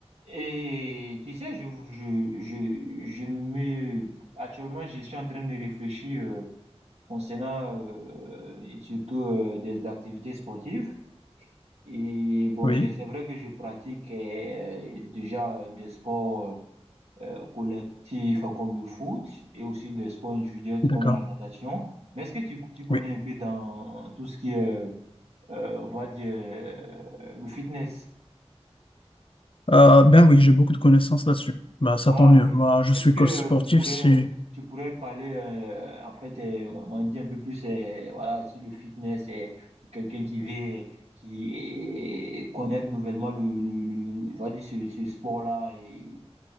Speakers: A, on the right; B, on the left.
A: Et tu sais, je, je, je, je me... Actuellement, je suis en train de réfléchir euh, concernant euh, et surtout euh, des activités sportives. Et bon,
B: Oui,
A: je- c'est vrai que je pratique euh, déjà euh, des sports euh, collectifs euh, comme le foot et aussi des sports individuels comme
B: d'accord.
A: la natation. Mais est-ce que tu, tu connais
B: Oui.
A: un peu dans tout ce qui est, euh, on va dire, euh, le fitness?
B: Euh, ben oui, j'ai beaucoup de connaissances là-dessus. Ben, ça
A: Ah
B: tant mieux.
A: oui.
B: Moi, je
A: Est-ce
B: suis
A: que
B: coach
A: euh,
B: sportif.
A: tu pourrais,
B: Si...
A: tu pourrais parler, euh, en fait, euh, m'en dire un peu plus, euh, voilà, sur le fitness, euh, pour quelqu'un qui veut, qui euh, connaître nouvellement le, le, le- le- on va dire ce, ce sport-là et